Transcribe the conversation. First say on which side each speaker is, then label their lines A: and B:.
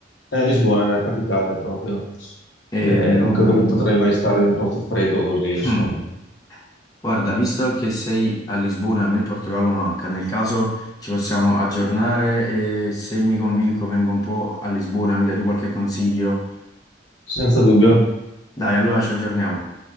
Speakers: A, on the left; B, on the left.
A: eh, a Lisbona, nella capitale proprio.
B: Ehm,
A: Eh, non credo che potrei mai stare in un posto freddo così, insomma,
B: hmm, guarda, visto che sei a Lisbona, a me il Portogallo manca. Nel caso ci possiamo aggiornare e se mi convinco vengo un po' a Lisbona, mi dai tu qualche consiglio?
A: senza dubbio.
B: Dai, allora ci aggiorniamo.